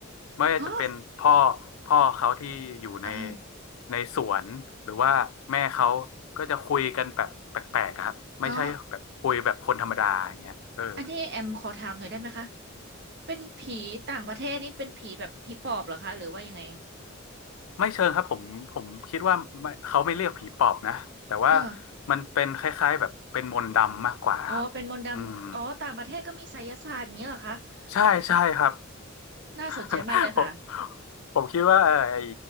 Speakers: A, on the left; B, on the right.
A: ไม่ว่าจะเป็นพ่อ
B: ฮะ
A: พ่อเขาที่อยู่ใน
B: อ่า
A: ในสวนหรือว่าแม่เขาก็จะคุยกันแบบแปลกๆอะครับไม่ใช่แบบคุยแบบคนธรรมดาอย่างเงี้ยเออ
B: อ๋อ อันนี้แอมขอถามหน่อยได้ไหมคะเป็นผีต่างประเทศนี่เป็นผีแบบผีปอบเหรอคะหรือว่ายังไง
A: ไม่เชิงครับผมผมคิดว่าไม่เขาไม่เรียกผีปอบนะแต่ว่า
B: เออ
A: มันเป็นคล้ายๆแบบเป็นมนต์ดำมากกว่าครับอืม
B: อ๋อเป็นมนต์ดำอ๋อต่างประเทศก็มีไสยศาสตร์อย่างเงี้ยเหรอคะ
A: ใช่ใช่ครับ
B: โอ้น่าสนใจมากเลยค่ะ
A: <laughs> ผมผมคิดว่าเอ่อไอ้